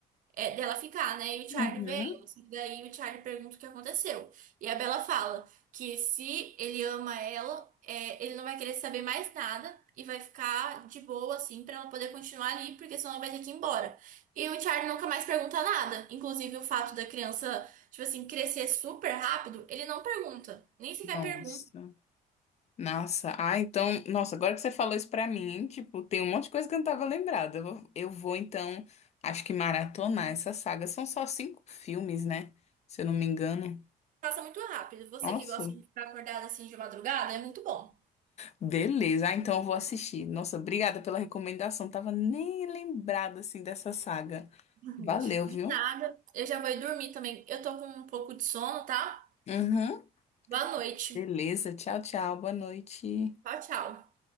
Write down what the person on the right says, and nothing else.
É, dela ficar, né? E o
Charlie veio. Só que Daí o Charlie pergunta o que aconteceu. E a Bella fala que se ele ama ela, é, ele não vai querer saber mais nada e vai ficar de boa, assim, pra ela poder continuar ali, porque senão ela vai ter que ir embora. E o Charlie nunca mais pergunta nada. Inclusive o fato da criança, tipo assim, crescer super rápido, ele não pergunta. Nem sequer
pergunta,
passa muito rápido. Você
que gosta de ficar acordada assim de madrugada, é muito bom.
Uhum.
De
nada, eu já vou ir dormir também. Eu tô com um pouco de sono, tá?
Boa noite.
Tchau, tchau.